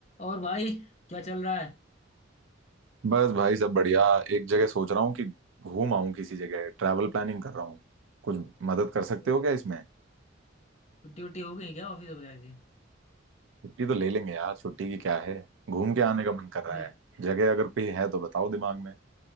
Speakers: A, on the left (about 35°); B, on the right (about 85°).
A: और भाई क्या चल रहा है
B: बस भाई सब बढ़िया एक जगह सोच रहा हूँ कि घूम आऊं किसी जगह ट्रैवल प्लानिंग कर रहा हूँ कुछ मदद कर
A: जी।
B: सकते हो क्या इसमें
A: छुट्टी वुट्टी हो गई क्या ऑफिस वगैरह की
B: छुट्टी तो ले लेंगे यार छुट्टी की क्या है घूम के आने का मन कर रहा
A: <laughs>
B: है जगह अगर कोई है तो बताओ दिमाग में